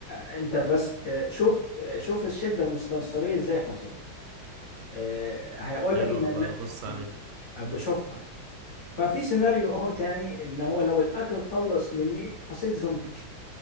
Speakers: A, on the left; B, on the right.
A: أنت بس آه، شوف آه، شوف الشدة المستنصرية إزاي حصلت آه، هيقول
B: حلو
A: لك إن
B: هبقى ابص عليه
A: إن- أبقى أشوفها ففي سيناريو أهو تاني إن هو لو الأكل خلص مني حصيت زومبي